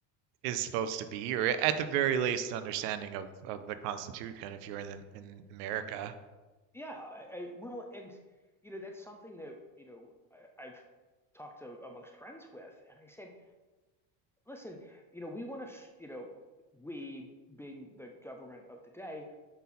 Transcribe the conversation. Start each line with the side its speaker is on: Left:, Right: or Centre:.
Right: is supposed to be, or at the very least, an understanding of, of the Constitution if you're in the, in America.
Centre: Yeah, I, I, well, and you know that's something that you know I, I've talked to amongst friends with, and I said Listen, you know, we want to, you know, we being the government of the day